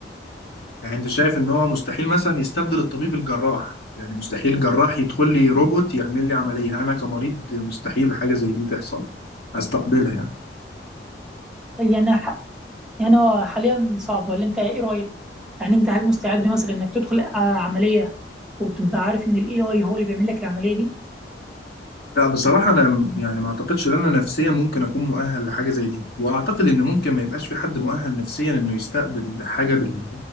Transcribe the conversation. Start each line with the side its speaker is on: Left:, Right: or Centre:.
Left: يعني انت شايف ان هو مستحيل مثلا يستبدل الطبيب الجراح يعني مستحيل الجراح يدخل لي روبوت يعمل لي عملية انا كمريض مستحيل حاجة زي دي تحصل استقبلها يعني
Centre: يعني ح- يعني هو حاليا صعب ولا انت ايه رايك يعني انت هل مستعد مثلا انك تدخل آه، عمليه وتبقى عارف ان الاي اي هو اللي بيعمل لك العمليه دي
Left: لا بصراحة أنا م- يعني ما أعتقدش إن أنا نفسيا ممكن أكون مؤهل لحاجة زي دي وأعتقد إن ممكن ما يبقاش في حد مؤهل نفسيا إنه يستقبل حاجة بال...